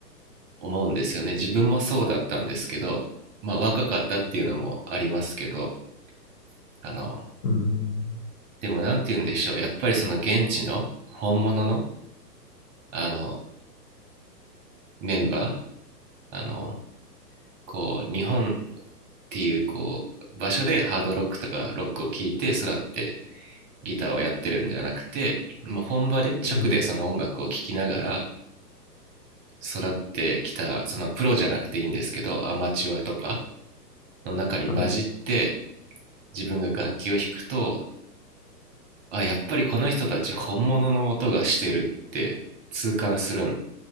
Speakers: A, on the right; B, on the left.
A: 思うんですよね自分もそうだったんですけどまあ若かったっていうのもありますけどあの
B: うん。
A: でもなんて言うんでしょうやっぱりその現地の本物のあのメンバーあのこう日本っていうこう場所でハードロックとかロックを聴いて育ってギターをやってるんじゃなくてもう本場で直でその音楽を聴きながら
B: うん。
A: 育ってきたそのプロじゃなくていいんですけどアマチュアとかの中に混じって
B: はい。
A: 自分が楽器を弾くとあやっぱりこの人たち本物の音がしてるって痛感するん